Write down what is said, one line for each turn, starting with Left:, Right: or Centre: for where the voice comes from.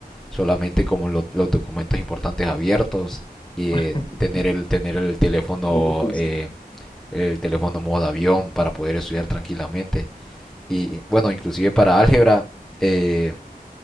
Centre: solamente como lo- los documentos importantes abiertos y
Left: <laughs>
Centre: eh, tener el tener el teléfono
Left: Muy difícil.
Centre: eh, el teléfono modo avión para poder estudiar tranquilamente y bueno inclusive para álgebra eh,